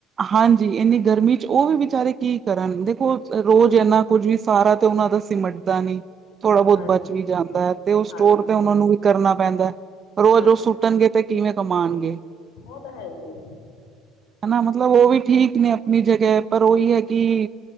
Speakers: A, on the right; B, on the left.
A: ਹਾਂਜੀ ਇੰਨੀ ਗਰਮੀ ਚ ਉਹ ਵੀ ਵਿਚਾਰੇ ਕੀ ਕਰਨ। ਦੇਖੋ ਰੋਜ਼
B: ਹਾਂ
A: ਇਨਾ ਕੁੱਝ ਵੀ ਸਾਰਾ ਤੇ ਉਹਨਾਂ ਦਾ ਸਿਮਟਦਾ ਨੀ। ਥੋੜਾ ਬਹੁਤ
B: ਹਾਂਜੀ
A: ਬਚ ਵੀ ਜਾਂਦਾ ਹੈ ਤੇ ਉਹ ਸਟੋਰ
B: ਹਾਂਜੀ
A: ਤੇ ਉਹਨਾਂ ਨੂੰ ਵੀ ਕਰਨਾ ਪੈਂਦਾ ਹੈ। ਰੋਜ਼
B: ਹਾਂ
A: ਰੋਜ਼ ਸੁੱਟਣਗੇ ਤੇ ਕਿਵੇਂ ਕਮਾਣਗੇ?
B: ਉਹ ਤਾਂ ਹੈ ਹੀ ਏ।
A: ਹਨਾ ਮਤਲਬ ਉਹ ਵੀ ਠੀਕ ਨੇ ਆਪਣੀ ਜਗੇ ਪਰ ਉਹੀ ਹੈ ਕਿ